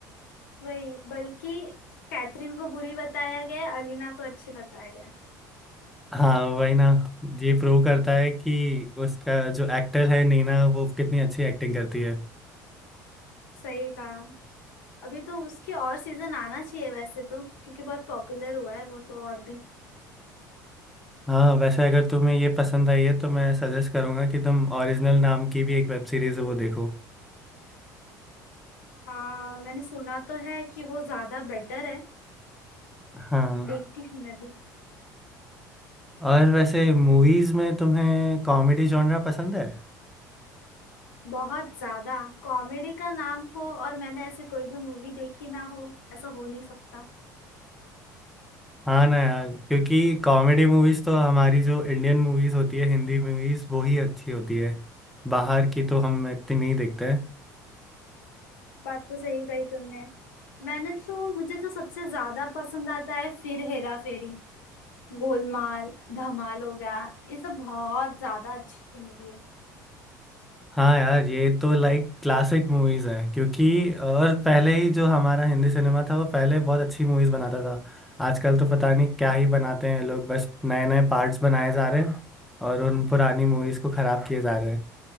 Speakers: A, on the left; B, in the centre.
A: वही बल्कि कैथरीन को बुरी बताया गया है अलीना को अच्छी बताया गया है
B: हाँ वही ना ये प्रूव करता है कि उसका जो एक्टर है नीना वो कितनी अच्छी एक्टिंग करती है
A: सही कहा अभी तो उसके और सीजन आना चाहिए वैसे तो क्योंकि बहुत पॉपुलर हुआ है वो तो और भी
B: हाँ वैसे अगर तुम्हें ये पसंद आई है तो मैं सजेस्ट करूंगा कि तुम ओरिजिनल नाम की भी एक वेब सीरीज है वो देखो
A: हाँ मैंने सुना तो है कि वो ज्यादा बेटर है
B: हाँ
A: देखती हूँ मैं भी
B: और वैसे मूवीज में तुम्हें कॉमेडी जॉनरा पसंद है
A: बहुत ज्यादा कॉमेडी का नाम हो और मैंने ऐसे कोई भी मूवी देखी ना हो ऐसा हो नहीं सकता
B: हाँ ना यार क्योंकि कॉमेडी मूवीज तो हमारी जो इंडियन मूवीज होती है हिंदी मूवीज वो ही अच्छी होती है बाहर की तो हम इतनी नहीं देखते हैं
A: बात तो सही कही तुमने मैंने तो मुझे तो सबसे ज्यादा पसंद आता है फिर हेरा फेरी गोलमाल धमाल हो गया ये सब बहुत ज्यादा अच्छी मूवी है
B: हाँ यार ये तो लाइक क्लासिक मूवीज है क्योंकि और पहले ही जो हमारा हिंदी सिनेमा था वो पहले बहुत अच्छी मूवीज बनाता था आजकल तो पता नहीं क्या ही बनाते हैं लोग बस नए नए पार्ट्स बनाए जा रहे हैं और उन पुरानी मूवीज को खराब किए जा रहे हैं